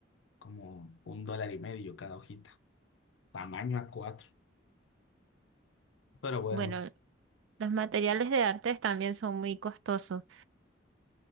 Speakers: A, on the left (about 85°); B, on the right (about 85°).
A: como un dólar y medio cada hojita. Tamaño a cuatro Pero bueno.
B: Bueno, los materiales de artes también son muy costosos.